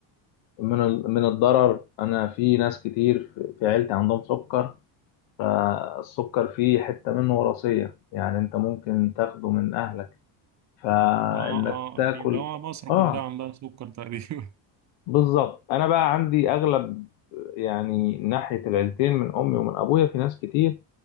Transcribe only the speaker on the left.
من ال... من الضرر انا في ناس كتير في في عيلتي عندهم سكر فالسكر فيه حتة منه وراثية يعني انت ممكن تاخده من اهلك فانك
تاكل
اه
بالظبط انا بقى عندي اغلب يعني ناحية العيلتين من امي ومن ابويا في ناس كتير